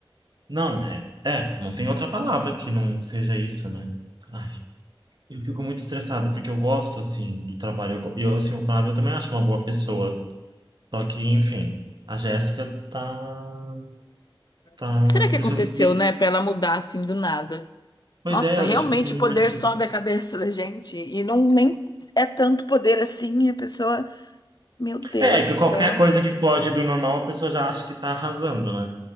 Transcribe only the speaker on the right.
Não, é, é, não tem outra palavra que não seja isso, né? Ai, eu fico muito estressado porque eu gosto, assim, do trabalho. Eu, go- e eu, assim, o Flávio eu também acho uma boa pessoa. Só que, enfim, a Jéssica tá, tá
deixando
de...
Pois
é, ela
deixa o clima
mais pesado.
É, que
qualquer coisa que foge do normal, a pessoa já acha que tá arrasando, né?